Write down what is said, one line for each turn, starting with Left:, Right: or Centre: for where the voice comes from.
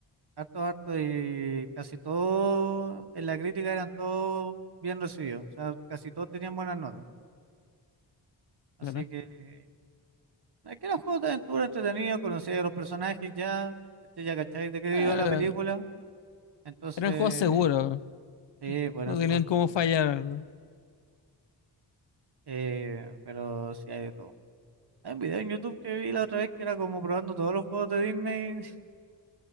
Right: Harto, harto y casi todo en la crítica eran todos bien recibidos. O sea, casi todos tenían buenas notas. Así
Left: Claro.
Right: que aquí era un juego de aventura entretenido, conocía a los personajes ya, ¿cachai? ya cacháis de qué
Left: Era-
Right: iba la película, entonces
Left: eran juegos seguros.
Right: sí, bueno,
Left: No
Right: estuvo
Left: tenían
Right: seguro.
Left: cómo fallar.
Right: Eh, pero sí hay de todo. Hay un video en YouTube que vi la otra vez que era como probando todos los juegos de Disney <laughs>